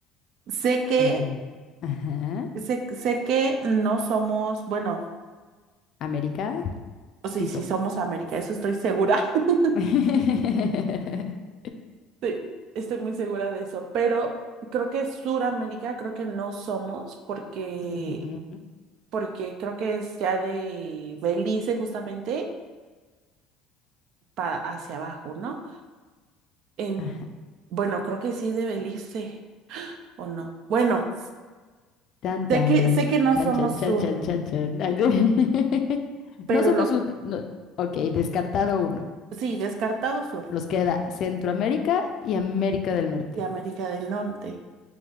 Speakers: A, on the right (about 55°); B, on the left (about 45°).
A: Sé que
B: A ver. Ajá.
A: Sé, sé que no somos, bueno,
B: América,
A: o sí,
B: sí somos.
A: sí somos América, eso estoy segura. <laughs>
B: <laughs>
A: Sí, Estoy muy segura de eso, pero creo que Suramérica creo que no somos porque,
B: Ujú.
A: porque creo que es ya de Belice justamente para hacia abajo, ¿no? En,
B: Ajá.
A: bueno, creo que sí es de Belice, ¿o no? Bueno,
B: Tan,
A: sé
B: tan.
A: que, sé que no
B: Chan,
A: somos
B: chan,
A: sur,
B: chan, chan, chan, chan. <laughs>
A: pero
B: No somos
A: lo,
B: un... no- Ok, descartado uno.
A: sí, descartado sur
B: Nos queda Centroamérica y América del Norte.
A: y América del Norte.